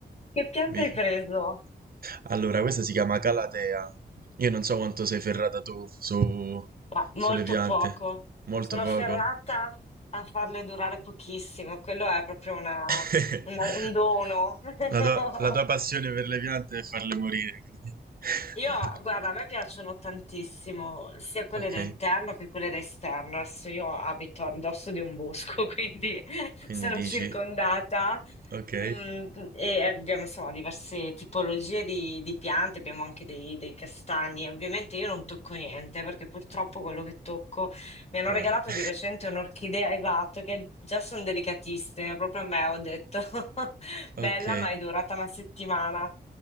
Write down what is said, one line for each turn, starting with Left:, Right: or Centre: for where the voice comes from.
Left: Che piante
Right: Vedi?
Left: hai preso?
Right: Allora, questa si chiama Calatea. Io non so quanto sei ferrata tu su-
Left: Ma molto
Right: sulle piante.
Left: poco.
Right: Molto
Left: Sono
Right: poco.
Left: ferrata a farle durare pochissimo. Quello è proprio una-
Right: <laughs>
Left: una- un dono. <laughs>
Right: La tua, la tua passione per le piante è farle morire. quindi. <laughs>
Left: Io, guarda, a me piacciono tantissimo sia quelle
Right: Ok,
Left: da interno che quelle da esterno. Adesso io abito a ridosso di un bosco, <laughs> quindi
Right: quindi
Left: sono
Right: dici,
Left: circondata.
Right: ok,
Left: Mm, e abbiamo insomma diverse tipologie di, di piante, abbiamo anche dei, dei castagni. Ovviamente io non tocco niente perché purtroppo quello che tocco mi hanno
Right: muore.
Left: regalato
Right: <laughs>
Left: di recente un'orchidea esatto, che già sono delicatissime. Proprio a me ho detto <laughs>
Right: Ok,
Left: bella, ma è durata una settimana.